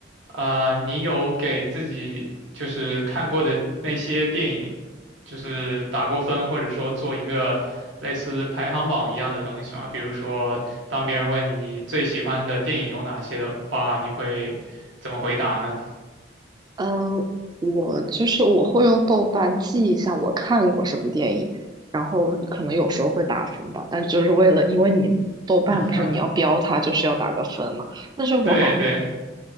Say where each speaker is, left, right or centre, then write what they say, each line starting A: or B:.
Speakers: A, on the right; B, on the right.
A: 啊、你有给自己就是看过的那些电影，就是打过分，或者说做一个类似排行榜一样的东西吗？比如说，当别人问你你最喜欢的电影有哪些的话，你会怎么回答呢？
B: 嗯，我就是我会用豆瓣记一下我看过什么电影，然后可能有时候会打分吧，但就是为了，因为你豆瓣不是你要标它，
A: <laughs>
B: 就是要打个分嘛。但是我好像
A: 对对，